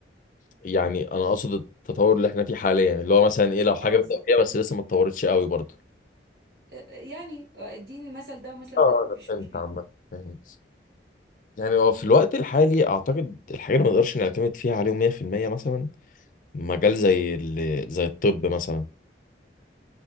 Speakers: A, on the left; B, on the right.
A: يعني انا اقصد التطور اللي احنا فيه حاليا اللي هو مثلا ايه لو حاجة
B: اه بالظبط
A: بدأ فيها بس لسه ما اتطورتش قوي برضه
B: آه، يعني آه، اديني المثل ده ومثل
A: اه
B: ده مفيش
A: انا فهمت
B: مشكلة
A: عامة فهمت يعني هو في الوقت الحالي اعتقد الحاجه اللي ما نقدرش نعتمد فيها عليهم 100% مثلا مجال زي ال... زي الطب مثلا